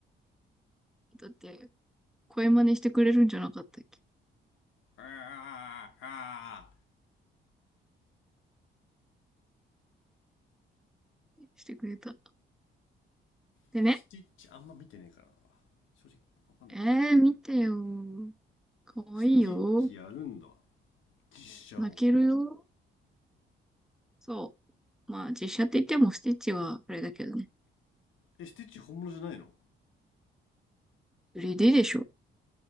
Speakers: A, in the centre; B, on the left.
A: だって、声真似してくれるんじゃなかったっけ
B: あーあー
A: してくれた。でね、
B: スティッチあんま見てねえからな正直わかんないんだよ
A: えー、見てよ。かわいいよ。
B: スティッチやるんだ実写を
A: 泣けるよ。そう。まあ、実写って言ってもスティッチはあれだけどね。
B: えスティッチ本物じゃないの
A: 3D でしょ。